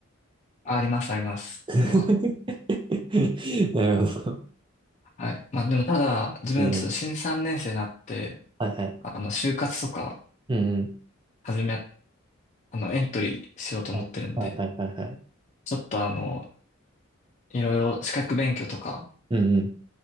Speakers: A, on the left (about 35°); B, on the right (about 25°).
A: あります、あります。
B: <laughs>
A: それは。
B: なるほど。
A: はい。まあでもただ、自分、
B: うん。
A: ちょっと新3年生になって、
B: はいはい。
A: あの、就活とか、
B: うんうん。
A: 始め、あの、エントリーしようと思ってるんで、
B: はいはいはいはいはい。
A: ちょっとあの、いろいろ資格勉強とか、
B: うんうん。